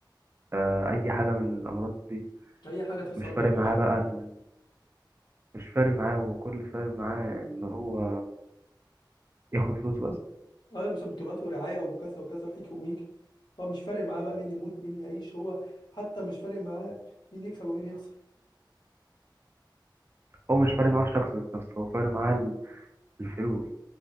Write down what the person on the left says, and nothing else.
اي حاجه تحصل
له يا باشا
اه يا باشا بطولات ورعايه وكذا وكذا وحكي وميكي هو مش فارق معاه بقى مين يموت مين يعيش هو حتى مش فارق معاه مين يكسب ومين يخسر